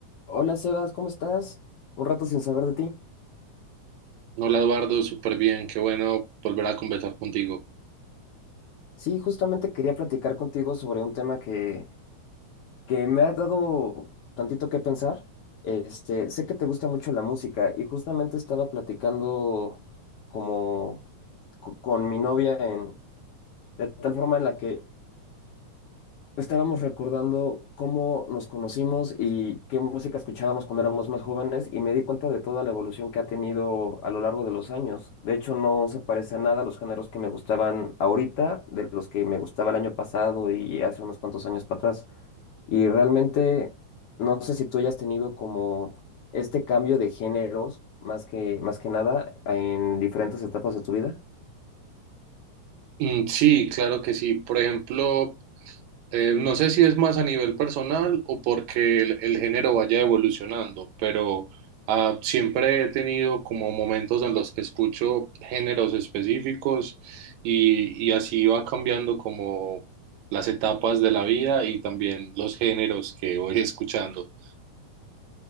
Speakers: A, on the left; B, on the right.
A: Hola Sebas, ¿cómo estás? Un rato sin saber de ti.
B: Hola Eduardo, súper bien, qué bueno volver a conversar contigo.
A: Sí, justamente quería platicar contigo sobre un tema que, que me ha dado tantito que pensar. Este, sé que te gusta mucho la música y justamente estaba platicando como co- con mi novia en, de tal forma en la que Estábamos recordando cómo nos conocimos y qué música escuchábamos cuando éramos más jóvenes y me di cuenta de toda la evolución que ha tenido a lo largo de los años. De hecho, no se parece a nada los géneros que me gustaban ahorita de los que me gustaba el año pasado y hace unos cuantos años para atrás. Y realmente no sé si tú hayas tenido como este cambio de géneros más que, más que nada en diferentes etapas de tu vida.
B: Mm, sí, claro que sí. Por ejemplo, eh, no sé si es más a nivel personal o porque el, el género vaya evolucionando, pero ah, siempre he tenido como momentos en los que escucho géneros específicos y, y así va cambiando como las etapas de la vida y también los géneros que voy <laughs> escuchando.